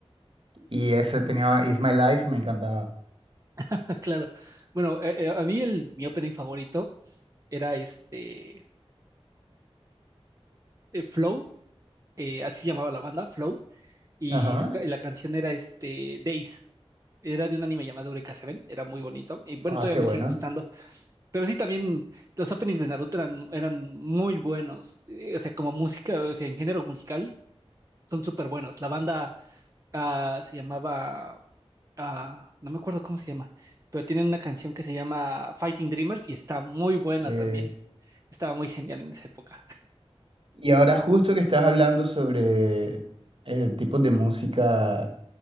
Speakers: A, on the right; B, on the right.
A: y ese tenía It's My Life, me encantaba.
B: <laughs> claro. Bueno, eh, eh, a mí el, mi opening favorito era este eh, Flow, eh, así llamaba la banda, Flow, y
A: Ajá.
B: su, ca- la canción era este Days. Era de un anime llamado Eureka Seven, era muy bonito. Y bueno,
A: Ah,
B: todavía
A: qué
B: me
A: bueno.
B: sigue gustando. Pero sí, también los openings de Naruto eran, eran muy buenos. Eh, o sea, como música, o sea, en género musical, son súper buenos. La banda ah, se llamaba, ah, no me acuerdo cómo se llama, pero tienen una canción que se llama Fighting Dreamers y está muy buena
A: Eh,
B: también. Estaba muy genial en esa época.
A: y ahora justo que estás hablando sobre eh, tipos de música